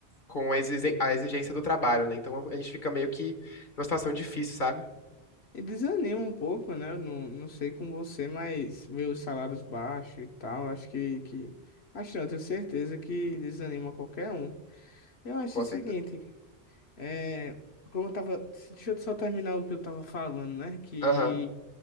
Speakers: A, on the left; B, on the left.
A: com a exige- a exigência do trabalho, né? Então, a gente fica meio que numa situação difícil, sabe?
B: E desanima um pouco, né? Eu não, não sei com você, mas ver os salários baixos e tal, acho que, que... Acho não, tenho certeza que desanima qualquer um. Eu acho
A: Com
B: o seguinte,
A: certeza.
B: é... Como eu tava... Deixa eu só terminar o que eu tava falando, né? Que
A: Aham.